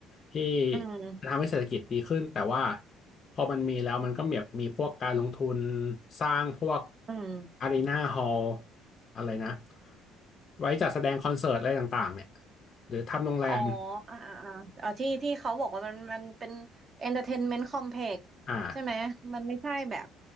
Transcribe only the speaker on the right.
อืม
อืม
อ๋ออ่าอ่าอ่าเอาที่ที่เขาบอกว่ามันมันเป็น entertainment complex
ใช่ไหมมันไม่ใช่แบบ